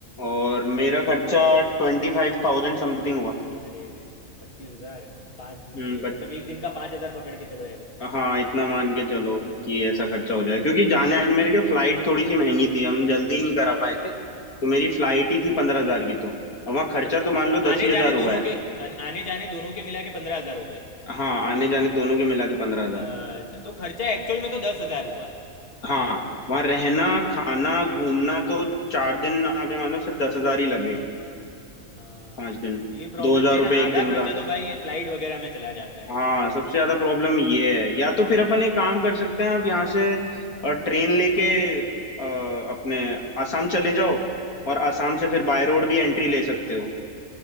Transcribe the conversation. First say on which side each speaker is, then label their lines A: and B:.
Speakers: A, on the left; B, on the left.
A: और मेरा खर्चा ट्वेंटी फाइव थाउजेंड समथिंग हुआ था
B: अरे रे पच्चीस हज़ार पाँच दिन
A: हम्म
B: के
A: बट
B: मतलब एक दिन का पाँच हज़ार पकड़ के चलो
A: हाँ इतना मान के चलो कि ऐसा खर्चा हो जाए क्योंकि जाने आने मेरे के फ्लाइट थोड़ी सी महंगी थी हम जल्दी नहीं करा
B: एवरेज
A: पाए थे तो मेरी फ्लाइट ही थी पंद्रह हजार की तो और वहाँ खर्चा
B: मतलब
A: तो मान लो दस
B: आने
A: ही हजार
B: जाने
A: हुआ
B: दोनों
A: है
B: के आन- आने जाने दोनों के मिला के पंद्रह हजार हो गए
A: हाँ आने जाने दोनों के मिला के पंद्रह हजार
B: अच्छा तो खर्चा एक्चुअल में तो दस हजार हुआ
A: हाँ वहाँ रहना खाना घूमना तो चार दिन आप ये मानो सिर्फ दस हजार ही लगे
B: हाँ
A: पांच
B: भाई
A: दिन
B: ये प्रॉब्लम
A: दो हजार
B: भी है
A: रुपये
B: ना
A: एक
B: आधा
A: दिन
B: खर्चा
A: का
B: तो भाई ये फ्लाइट वगैरह में चला जाता है
A: हाँ सबसे ज्यादा प्रॉब्लम ये है या तो फिर अपन एक काम कर सकते हैं आप यहाँ से ट्रेन लेके अ, अपने आसाम चले जाओ और आसाम से फिर बाय रोड भी एंट्री ले सकते हो